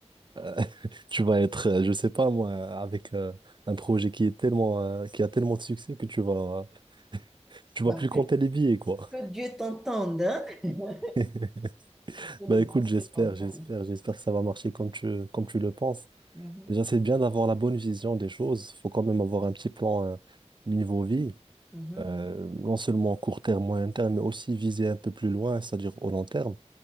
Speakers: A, on the right; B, in the centre.
A: Euh, <laughs> tu vas être, euh, je sais pas moi, avec euh, un projet qui est tellement, euh, qui a tellement de succès que tu vas, tu
B: Bah,
A: vas plus compter
B: que,
A: les billets, quoi.
B: que Dieu t'entende, hein? <laughs>
A: <laughs>
B: Que le
A: Bah
B: bon
A: écoute, j'espère,
B: Dieu t'entende.
A: j'espère, j'espère que ça va marcher comme tu, comme tu le penses.
B: Mhm,
A: Déjà, c'est bien d'avoir la bonne vision des choses. Faut quand même avoir un petit plan euh, niveau vie,
B: mhm,
A: euh, non seulement court terme, moyen terme, mais aussi viser un peu plus loin, c'est-à-dire au long terme.